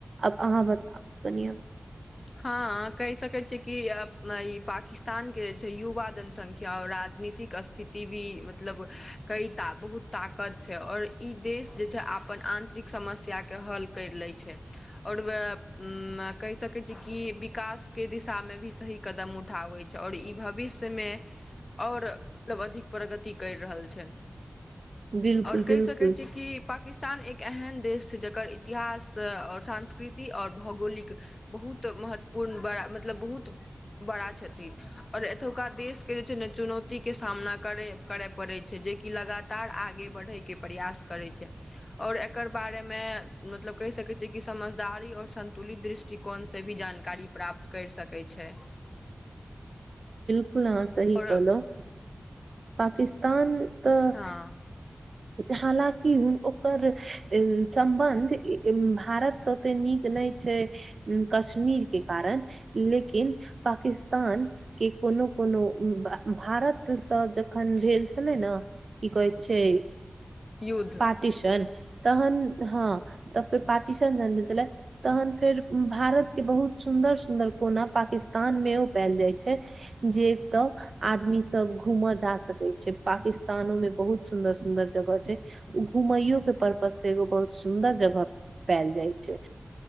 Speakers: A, on the right; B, on the left.
A: आब अहाँ बताउ कनिआब
B: हँ कहि सकैत छिकि ई पाकिस्तानके जे छै। युवा जनसंख्या और राज राजनीत स्थिति भी मतलब क बहुत ताकत छै, और ई देश जे छै। आ अपन आंतरिक समस्या के हल कैर लै छै। और कहि सकै छी की विकासके दिशामे भी सही कदम उठाबै छै। और ई भविष्यमे ओर मतलब अधिक प्रगति करि रहल छै।
A: बिल्कुल
B: और
A: बिल्कुल
B: कहि सकै छीकि पाकिस्तान ्तान एक एहन देश छै, जकर इतिहास और सांस्कृति और भौगोलिक बहुत महत्वपूर्ण बड़ा मतलब बहुत बड़ा छथिन और एतुका देशके जे छै। ने चुनौती के सामना करय पड़ै छै, जेकि लगातार आगे बढ़ै के प्रयास करै छै, और एकर बारेमे मतलब कहि सकैत छियै। कि समझदारी और संन्तुलित दृष्टि दृष्टिकोणसँ भी जानकारी प्राप्त करि सकै छै।
A: बिलकुल अहाँ सही
B: आओर
A: कहलहुँ पाकिस्तान तऽ
B: हँ
A: हालांकि ओकर सम्बन्ध भारतसँ ते नीक नहि छै कश्मीरके कारण लेकिन पाकिस्तान के को कोनो कोनो भारतसँ जखन भेल छलै ने की कहैत छै
B: युद्ध
A: पार्टिशन तहन हँ त फेर पार्टिशन जान छलै तहन फेर भारत केँ बहुत सुन्दर सुन्दर कोना पाकिस्तान मे ओ पायल जाइत छै जेतय आदमी सब घूमय जा सक सकै छै, पाकिस्तानो में बहुत सुंन्दर सुन्दर जगह छै, घुमैयो के परर्पज से एगो बहुत सुन्दर जगह पायल जाइ छै,